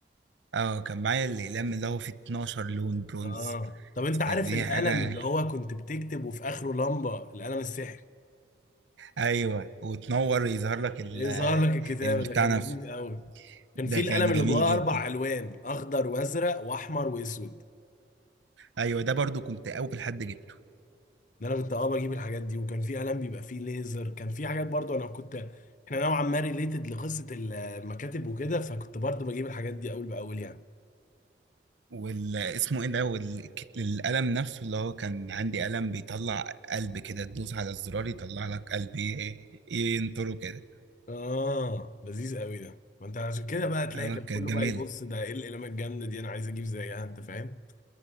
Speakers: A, on the right (about 80°); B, on the left (about 45°).
A: اه كان معايا الاقلام اللي هو فيه 12 لون برونز
B: اه طب انت عارف
A: فدي
B: القلم
A: حاجه
B: اللي هو كنت بتكتب وفي اخره لمبه القلم السحري
A: ايوه وتنور يظهر لك ال
B: ايه ظهر لك الكتاب
A: البتاع
B: ده كان
A: نفسه
B: لذيذ قوي كان
A: ده
B: في القلم
A: كان
B: اللي
A: جميل
B: جواه
A: جدا
B: اربع الوان اخضر وازرق واحمر واسود
A: ايوه ده برضو كنت اول حد جبته
B: ده انا كنت اه بجيب الحاجات دي وكان في قلم بيبقى فيه ليزر كان في حاجات برضو انا كنت احنا نوعا ما ريليتد لقصه المكاتب وكده فكنت برضو بجيب الحاجات دي اول باول يعني
A: وال اسمه ايه ده والك- القلم نفسه اللي هو كان عندي قلم بيطلع قلب كده تدوس على الزرار يطلع لك قلب ي- ينطره كده
B: اه لذيذ قوي ده ما انت عشان كده بقى تلاقي
A: اه
B: كان
A: كانت
B: كله بقى
A: جميلة
B: يبص ده ايه القلمه الجامده دي انا عايز اجيب زيها انت فاهم